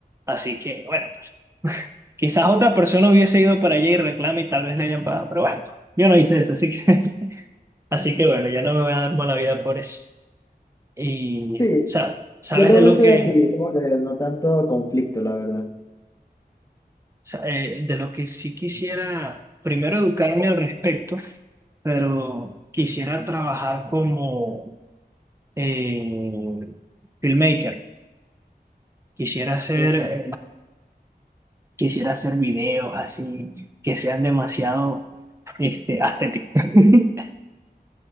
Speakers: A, on the right; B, on the left.
A: Así que, bueno, pues, quizás otra persona hubiese ido para allá y reclama y tal vez le hayan pagado, pero bueno, yo no hice eso, así que, <laughs> así que bueno, ya no me voy a dar mala vida por eso. Y,
B: Sí,
A: sa- ¿sabes
B: yo también
A: de lo
B: soy
A: que,
B: así, como que no tanto conflicto, la verdad.
A: sea, eh, de lo que sí quisiera, primero educarme al respecto, pero quisiera trabajar como eh, filmmaker. Quisiera hacer,
B: Eh,
A: eh, quisiera hacer videos así que sean demasiado este, estéticos. <laughs>